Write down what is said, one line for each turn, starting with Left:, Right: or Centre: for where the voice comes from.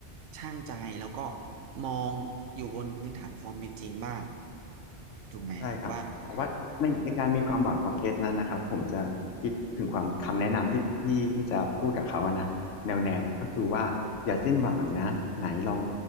Right: ชั่งใจแล้วก็มองอยู่บนพื้นฐานของความเป็นจริงบ้างถูกไหมว่า
Left: ใช่ครับ แต่ว่าในในการมีความหวังของเคสนั้นนะครับผมจะคิดถึงความคำแนะนำที่ที่ที่จะพูดกับเขาอะนะแนวแนวก็คือว่าอย่าสิ้นหวังนะไหนลอง
Right: อ่า